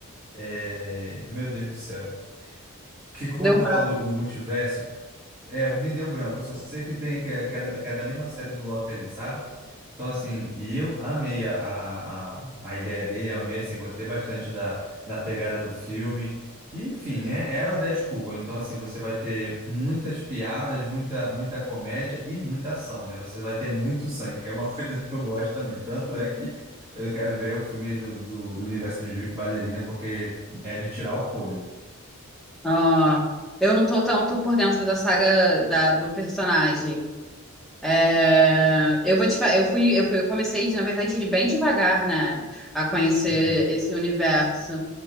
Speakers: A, on the right; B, in the centre.
A: é, meu Deus do céu. Que controla
B: Deu um brau.
A: o multiverso, é, me deu branco. Eu só sei que tem que é, que é, que é da mesma série do Loki ali, sabe? Então, assim, e eu amei a, a, a a ideia dele, eu amei, assim, gostei bastante da, da pegada do filme. E, enfim, é, é o Deadpool. Então, assim, você vai ter muitas piadas, muita, muita comédia e muita ação, né? Você vai ter muito sangue, que é uma <laughs> coisa que eu gosto também. Tanto é que eu quero ver o filme do, do, do universo de Jujutsu Ballerina, porque é de tirar o fôlego.
B: Ah, eu não tô tanto por dentro da saga da- do personagem. É, eu vou te falar, eu fui, eu fui, eu comecei, na verdade, de bem devagar, né, a conhecer
A: Uhum.
B: esse universo.